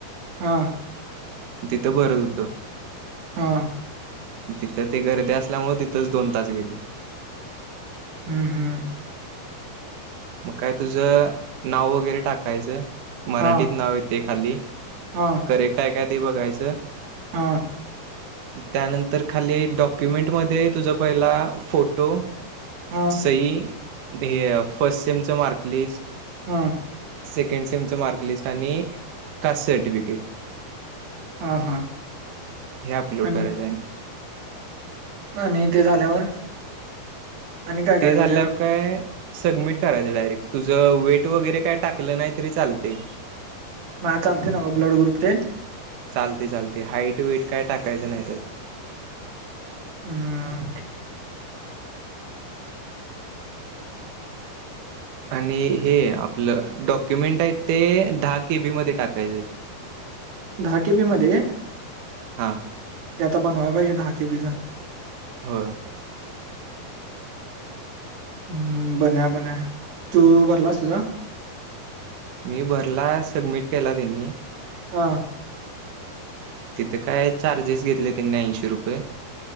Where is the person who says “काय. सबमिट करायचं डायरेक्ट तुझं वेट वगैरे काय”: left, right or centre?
Right